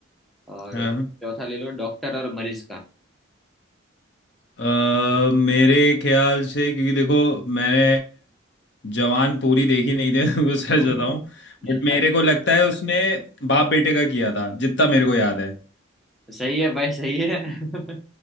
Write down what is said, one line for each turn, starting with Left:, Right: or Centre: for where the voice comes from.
Centre: और
Left: हाँ
Centre: चौथा ले लो डॉक्टर और मरीज का
Left: अ, मेरे ख्याल से क्योंकि देखो मैंने जवान पूरी देखी नहीं थी <laughs> वो सच
Centre: <laughs>
Left: बताऊं बट मेरे
Centre: अच्छा,
Left: को लगता है उसने बाप बेटे का किया था जितना मेरे को याद है
Centre: सही है भाई सही है <laughs>